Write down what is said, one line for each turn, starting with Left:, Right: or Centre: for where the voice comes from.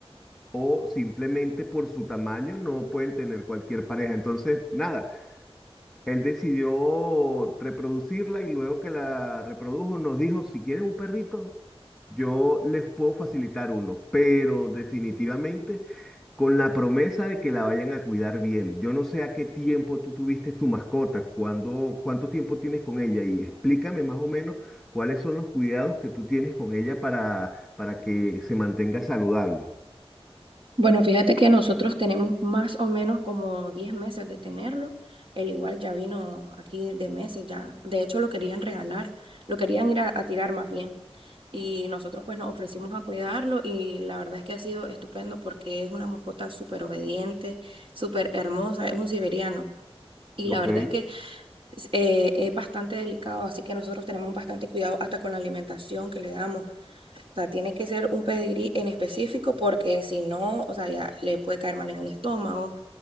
Centre: o simplemente por su tamaño no pueden tener cualquier pareja. Entonces, nada, él decidió reproducirla y luego que la reprodujo nos dijo, si quieren un perrito, yo les puedo facilitar uno, pero definitivamente con la promesa de que la vayan a cuidar bien. Yo no sé a qué tiempo tú tuviste tu mascota, cuándo, cuánto tiempo tienes con ella y explícame más o menos cuáles son los cuidados que tú tienes con ella para, para que se mantenga saludable.
Right: Bueno, fíjate que nosotros tenemos más o menos como 10 meses de tenerlo. Él igual ya vino aquí de meses, ya. De hecho, lo querían regalar, lo querían ir a, a tirar más bien. y nosotros pues nos ofrecimos a cuidarlo y la verdad es que ha sido estupendo porque es una mascota súper obediente, súper hermosa, es un siberiano. Y
Centre: Ok,
Right: la verdad es que es eh, es bastante delicado, así que nosotros tenemos bastante cuidado hasta con la alimentación que le damos. O sea, tiene que ser un pedigrí en específico porque si no, o sea, ya le puede caer mal en el estómago,